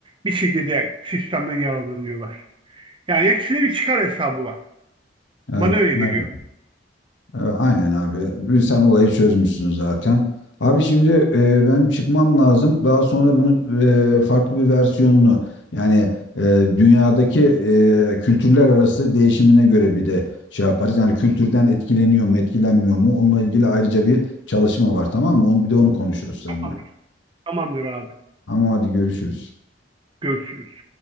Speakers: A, on the right (about 30°); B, on the left (about 75°).
A: bir şekilde sistemden yararlanıyorlar. Yani hepsine bir çıkar hesabı var.
B: Evet.
A: Bana öyle
B: evet.
A: geliyor.
B: E, Aynen abi. Sen olayı çözmüşsün zaten. Abi şimdi e, benim çıkmam lazım. Daha sonra bunun e, farklı bir versiyonunu yani e, dünyadaki e, kültürler arası değişimine göre bir de şey yaparız. Yani kültürden etkileniyor mu, etkilenmiyor mu? Onunla ilgili ayrıca bir çalışma var tamam mı? Onu, bir de onu konuşuruz seninle.
A: Tamamdır, tamamdır abi.
B: Ama hadi görüşürüz.
A: Görüşürüz.